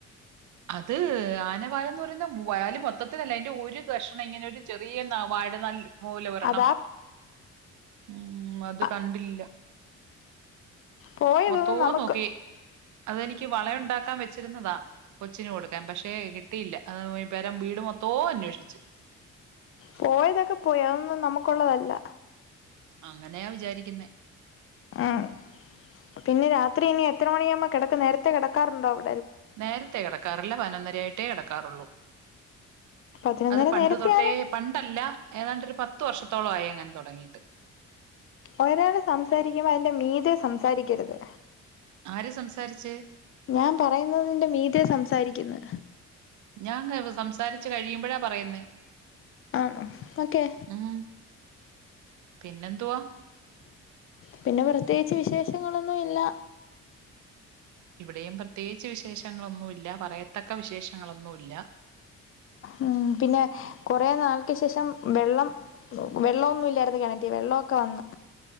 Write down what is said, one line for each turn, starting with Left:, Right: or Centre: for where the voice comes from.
Right: അത് ആന വല്ലെന്നുപറയുന്ന വയല് മൊത്തത്തിലല്ല അതിന്റെ ഒരു കഷ്ണം ഇങ്ങനെ ഒരു ചെറിയ ന്നാ വാഴ നാല് മൂലവരണം
Left: അതാ
Right: ഉം അത്
Left: അ
Right: കണ്ടില്ല
Left: പോയതൊന്നും
Right: മൊത്തവും
Left: നമുക്ക്
Right: നോക്കി അതെനിക്ക് വള ഉണ്ടാക്കാൻ വെച്ചിരുന്നതാ കൊച്ചിന് കൊടുക്കാൻ പക്ഷേ കിട്ടിയില്ല ആ ഈ പേരം വീട് മൊത്തോ അന്വേഷിച്ചു
Left: പോയതൊക്കെ പോയി അതൊന്നും നമുക്കുള്ളതല്ല
Right: അങ്ങനെയാ വിചാരിക്കുന്നേ
Left: ഉം പിന്നെ രാത്രി ഇനി എത്ര മണിയാമ്പോ കെടക്കും നേരത്തെ കെടാക്കാറുണ്ടോ അവ
Right: നേരത്തെ കിടക്കാറില്ല പതിനൊന്നരയാ ട്ടേ കിടക്കാറുള്ളു
Left: പതിനൊന്നര
Right: അത് പണ്ട്
Left: നേരത്തെയാണ്
Right: തൊട്ടേ പണ്ടല്ല ഏതാണ്ടൊരു പത്ത് വർഷത്തോളായി അങ്ങനെ തൊടങ്ങിയിട്ട്
Left: ഒരാള് സംസാരിക്കുമ്പോ അതിന്റെ മീതെ സംസാരിക്കരുത്
Right: ആര് സംസാരിച്ച്
Left: ഞാൻ പറയുന്നതിന്റെ മീതെ സംസാരിക്കുന്ന്
Right: ഞാൻ <unintelligible> സംസാരിച്ച് കഴിയുമ്പോഴാ പറയുന്നേ
Left: ആണോ ഓക്കെ
Right: ഉം പിന്നെന്തുവാ
Left: പിന്നെ പ്രത്യേകിച്ച് വിശേഷങ്ങളൊന്നും ഇല്ല
Right: ഇവിടെയും പ്രത്യേ ച്ച് വിശേഷങ്ങളൊന്നും ഇല്ല പറയത്തക്ക വിശേഷങ്ങളൊന്നും ഇല്ല
Left: ഉം പിന്നെ കുറേ നാൾക്ക്ശേഷം വെള്ളം വെള്ളമൊന്നുല്ല്യാർന്ന് കിണറ്റിൽ വെള്ളമൊക്കെ വന്ന്